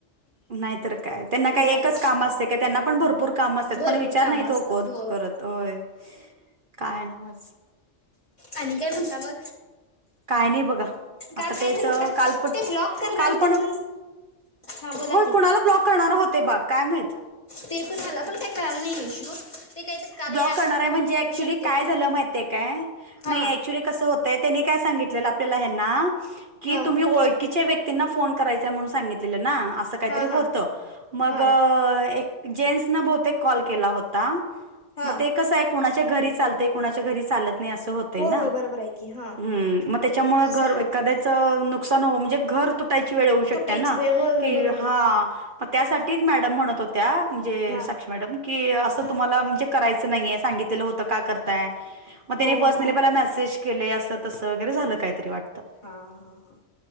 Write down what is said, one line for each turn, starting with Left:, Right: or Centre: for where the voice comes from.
Right: नाहीतर काय. त्यांना काय
Left: नाही
Right: एकच काम असते काय, त्यांना पण भरपूर काम असते.
Left: भरपूर
Right: पण विचार
Left: कामं
Right: नाहीत ओ
Left: असतात
Right: कोण
Left: हो
Right: करत. होय. काय नव्हच.
Left: आणि काय म्हणता मग?
Right: काय नाही बघा. आता
Left: काल काय
Right: तेच
Left: झालं का
Right: काल पण
Left: ते ब्लॉक करणार
Right: काल
Left: होते
Right: पण.
Left: म्हण हा बोला
Right: होय.
Left: की
Right: कुणाला ब्लॉक करणार होते बा. काय माहित.
Left: ते पण मला पण काय कळायला नाही इशू. ते काही तर कार्य
Right: ब्लॉक
Left: ॲप
Right: करणार
Left: मी
Right: आहे
Left: फोन
Right: म्हणजे
Left: करू
Right: क्चुली
Left: शकते
Right: काय झालं माहित आहे काय.
Left: हां
Right: नाही <unintelligible> कसं होतं त्यांनी काय सांगितलेलं आपल्याला ह्यांना, की
Left: हां
Right: तुम्ही ओळखीच्या व्यक्ती ना फोन करायचा म्हणून सांगितलं ना. अस काहीतरी
Left: हां हां
Right: होत. मग
Left: हां
Right: जेन्स ना बहतेक कॉल केला होता.
Left: हां
Right: मग ते कसं आहे कुणाच्या घरी चालंय, कुणाच्या घरी चालत नाही असं होतंय
Left: होय
Right: ना.
Left: होय बरोबर आहे की हां
Right: हम मग त्याच्यामुळं
Left: तसं
Right: घर
Left: झालत
Right: एखाद्याचं
Left: व्हय
Right: नको नुकसान हो. म्हणजे घर तुटायची वेळ होऊ शकते
Left: तुटायची
Right: ना.
Left: वेळ होय होय
Right: की
Left: बरोबर
Right: हा.
Left: आहे
Right: मग त्यासाठीच मॅडम म्हणत होत्या, म्हणजे
Left: हा
Right: साक्षी मॅडम की असं
Left: हा
Right: तुम्हाला म्हणजे करायचं नाही आहे घेतलेलं होतं, का करताय? मग त्यांनी
Left: हो
Right: पर्सनली
Left: हो
Right: पहिला मेसेज केले. असं तसं वगैरे झालं काहीतरी वाटत.
Left: हा हा हा.